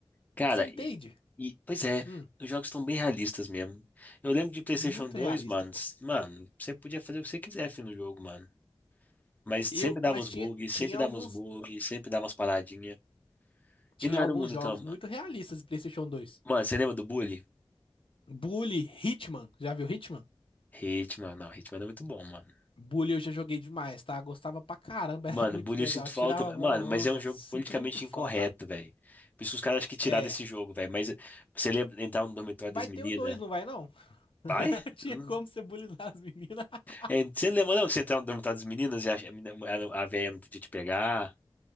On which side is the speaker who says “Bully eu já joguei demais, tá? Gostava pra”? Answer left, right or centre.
Left